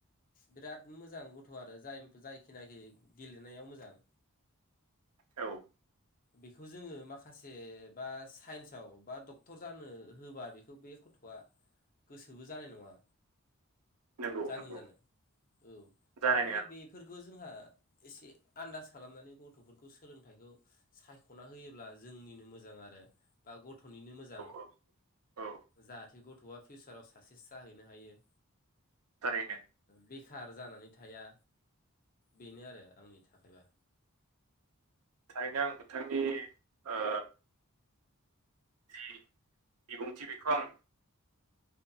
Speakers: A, on the left; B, on the right.
A: बिराद मोजां गथ' आरो जाय जायखिनाखि गेलेनायाव मोजां
B: औ
A: बेखौ जोङो माखासे बा साइन्सआव बा डक्टर जानो होबा बेखौ बे गथ'आ गोसोबो जानाय नङा
B: नंगौ
A: जागोन
B: नंगौ
A: जानो औ
B: जानाय
A: थारमाने
B: नङा
A: बे फोरखौ जोंहा एसे आन्दास खालामनानै गथ'फोरखौ सोलोंथाइखौ सायख'ना होयोब्ला जोंनिनो मोजां आरो बा गथ'निनो मोजां
B: औ औ औ
A: जाहाथे गथ'आ फिउसाराव साक्सेस जाहैनो हायो
B: थारैनो
A: बेखार जानानै थाया बेनो आरो आंनि थाखायबा।
B: थारैनो आं नोंथांनि ओ जि बिबुंथि बेखौ आं